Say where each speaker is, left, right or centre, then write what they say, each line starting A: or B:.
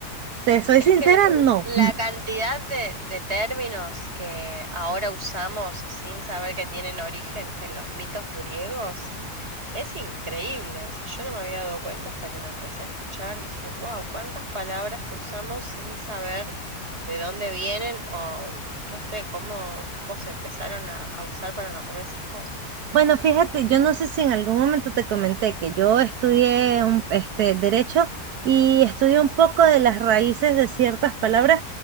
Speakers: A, on the right; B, on the right.
A: te soy
B: Es
A: sincera,
B: que el-
A: no.
B: la cantidad de, de términos que ahora usamos sin saber que tienen origen en los mitos griegos Es increíble, o sea, yo no me había dado cuenta hasta que lo empecé a escuchar, dije, wow, cuántas palabras que usamos sin saber de dónde vienen o no sé cómo, cómo se empezaron a, a usar para nombrar esas cosas.
A: Bueno, fíjate, yo no sé si en algún momento te comenté que yo estudié un- este, derecho y estudié un poco de las raíces de ciertas palabras